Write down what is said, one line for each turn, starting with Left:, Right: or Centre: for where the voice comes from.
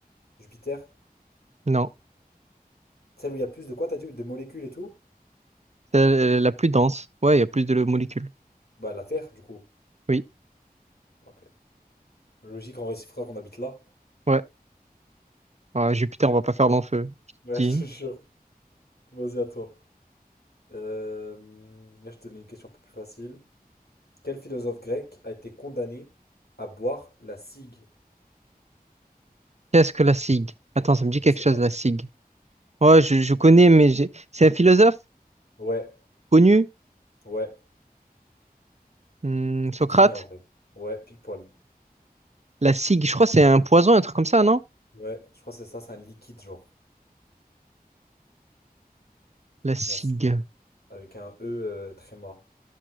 Left: Jupiter?
Right: Non,
Left: Celle où il y a plus de quoi, t'as dit? De molécules et tout?
Right: c'est euh, la plus dense. Ouais, il y a plus de molécules.
Left: Bah la Terre, du coup.
Right: Oui,
Left: Ok. Logique en réciproque qu'on habite là.
Right: ouais. Ah, Jupiter, on va pas faire long feu. Je te
Left: Ouais,
Right: dis.
Left: <laughs> je te jure. Vas-y à toi. Euh, là, je te donne une question un peu plus facile. Quel philosophe grec a été condamné à boire la cigue?
Right: Qu'est-ce que la SIG? Attends, ça me
Left: Je
Right: dit
Left: ne
Right: quelque
Left: sais
Right: chose,
Left: pas.
Right: la SIG. Ouais,
Left: Ouais.
Right: je, je connais, mais j'ai- c'est un philosophe
Left: Ouais,
Right: connu,
Left: Ouais,
Right: Hmm,
Left: tu
Right: Socrate.
Left: peux deviner en vrai. Ouais, pile poil.
Right: La SIG, je crois que c'est un poison, un truc comme ça, non?
Left: Ouais, je crois que c'est ça, c'est un liquide genre.
Right: La SIG.
Left: Nassif. Avec un E euh, tréma